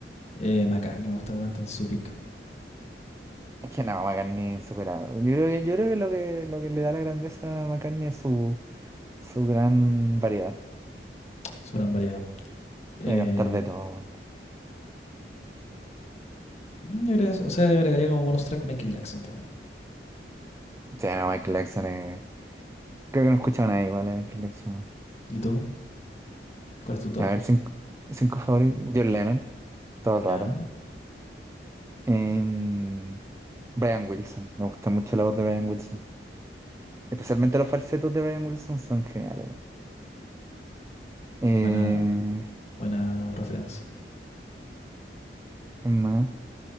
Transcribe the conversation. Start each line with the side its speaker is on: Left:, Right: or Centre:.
Left: eh, McCartney me gusta cómo canta en su pick,
Right: Es que no, McCartney es insuperable. Yo creo que, yo creo que lo que lo que le da la grandeza a McCartney es su, su gran variedad.
Left: su gran variedad. Em,
Right: Puede cantar de todo. weón.
Left: mm, o sea, agregaría como bonus track Michael Jackson también.
Right: Sí, no, Michael Jackson es. Creo que no he escuchado a nadie igual a Michael Jackson.
Left: ¿Y tú? ¿Cuál es tu top?
Right: A ver, cinco, cinco favoritos. John Lennon, todo el
Left: Ya,
Right: rato. Em, Brian Wilson, me gusta mucho la voz de Brian Wilson. Especialmente los falsetos de Brian Wilson son geniales. weón. Eh,
Left: buena, buena referencia.
Right: ¿quién más?